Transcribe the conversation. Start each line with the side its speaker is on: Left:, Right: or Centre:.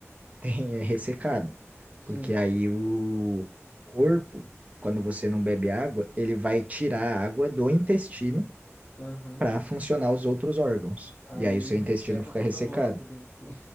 Right: tem é ressecado,
Left: sim.
Right: porque aí o corpo, quando você não bebe água, ele vai tirar a água do intestino
Left: Aham.
Right: para funcionar os outros órgãos.
Left: Aí
Right: E aí o seu
Left: resseca
Right: intestino fica
Left: toda
Right: ressecado.
Left: a bosta dentro do.